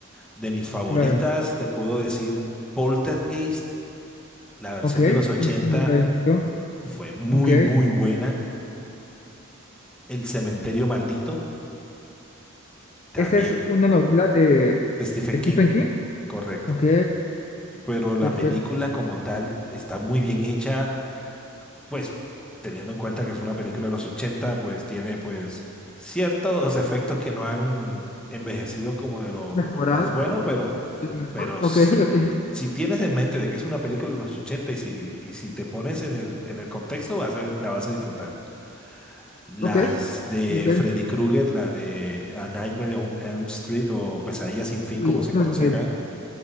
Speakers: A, in the centre; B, on the left (about 30°).
A: De mis favoritas,
B: Claro.
A: te puedo decir Poltergeist, la versión
B: Ok,
A: de los 80
B: me suena haber visto.
A: fue muy,
B: Ok.
A: muy buena. El cementerio maldito, también
B: Esa es una novela de
A: de Stephen
B: Stephen
A: King,
B: King.
A: correcto.
B: Ok,
A: Pero la
B: perfecto.
A: película como tal está muy bien hecha, pues teniendo en cuenta que es una película de los 80, pues tiene pues ciertos efectos que no han envejecido como de lo,
B: Mejorado.
A: de lo más bueno, pero,
B: mejor,
A: pero s-
B: Ok, <laughs>
A: si tienes en mente de que es una película de los 80 y si, y si te pones en el, en el contexto, vas a ver, la vas a disfrutar. Las
B: ok,
A: de
B: ok. Ok.
A: Freddy Krueger, la de A Nightmare on Elm Street o Pesadilla sin fin,
B: Uy,
A: como se
B: estas
A: conoce
B: me
A: acá.